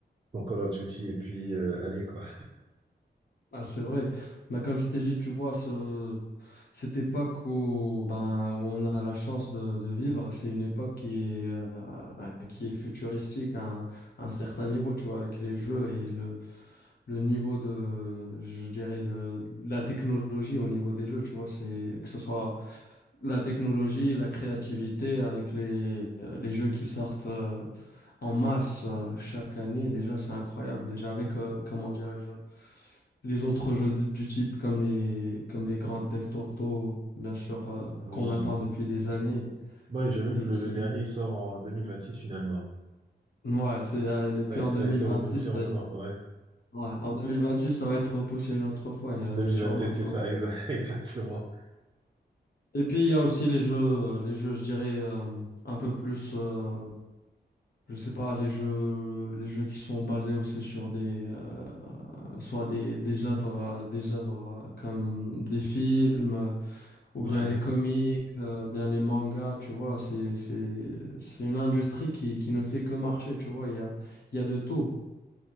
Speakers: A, on the right (about 30°); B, on the left (about 60°).
A: ton Call of Duty et puis euh, aller, quoi.
B: Ah, c'est vrai. Mais comme je t'ai dit, tu vois, ce, cette époque où, ben, où on a la chance de, de vivre, c'est une époque qui est, euh, ben, qui est futuristique à un, à un certain niveau, tu vois, avec les jeux et le, le niveau de, je dirais, de, de la technologie au niveau des jeux, tu vois, c'est que ce soit la technologie et la créativité avec les, euh, les jeux qui sortent euh, en masse euh, chaque année, déjà c'est incroyable. Déjà avec, euh, comment dirais-je, les autres jeux du du type comme les, comme les Grand Theft Auto, bien sûr, euh,
A: Oui.
B: qu'on attend depuis des années
A: Moi, j'ai vu
B: et
A: que le,
B: qui,
A: le dernier, il sort en 2026, finalement.
B: ouais, c'est, euh,
A: Ça,
B: puis en
A: ça
B: 2026,
A: a été repoussé
B: ça-
A: encore, ouais.
B: ouais, en 2026, ça va être repoussé une autre fois, euh,
A: 2027,
B: sûrement, tu
A: c'est ça,
B: vois.
A: exa- <laughs> exactement.
B: Et puis il y a aussi les jeux, les jeux, je dirais, euh, un peu plus. euh, Je sais pas, les jeux, les jeux qui sont basés aussi sur des, euh, soit des, des œuvres, euh, des œuvres euh, comme des films, euh, ou
A: Ouais.
B: bien les comics, euh, bien les mangas, tu vois, c'est, c'est, c'est une industrie qui, qui ne fait que marcher, tu vois, il y a, il y a de tout.